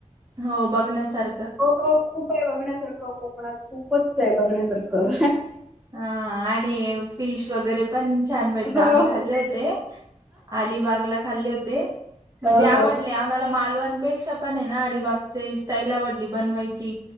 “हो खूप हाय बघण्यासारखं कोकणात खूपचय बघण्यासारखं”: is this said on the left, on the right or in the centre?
Centre